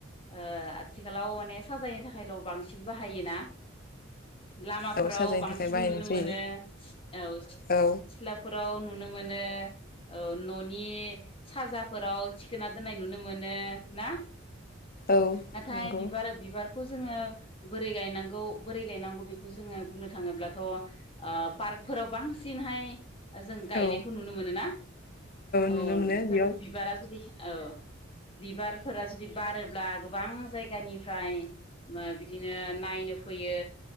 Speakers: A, on the left; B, on the left.
A: ओ आथिखालाव ने साजायनो थाखायल' बांस फिन बाहायोना? लामाफोराव
B: औ साजायनो
A: बांसिन
B: थाखाय बाहायनाय
A: नुनो
B: जायो
A: मोनो औ
B: औ
A: सिख्ला औ नुनो मोनो औ न'नि साजाफोराव थिखोना दोननाय नुनो मोनो ना?
B: औ
A: नाथाय
B: नंगौ
A: बिबार बिबार खौ जोङो बोरै गायनांगौ बोरै गायनांगौ बेखौ जोङो बुंनो थाङोब्लाथ' ओ पार्कफोराव बांसिनहाय जों गायनायखौ
B: औ
A: नुनो मोनोना औ
B: नुनो मोनो
A: बिफोर
B: बेयाव
A: बिबारा जुदि औ बिबारफोरा जुदि बारोब्ला गोबां जायगानिफ्राय ओ बिदिनो नायनो फैयो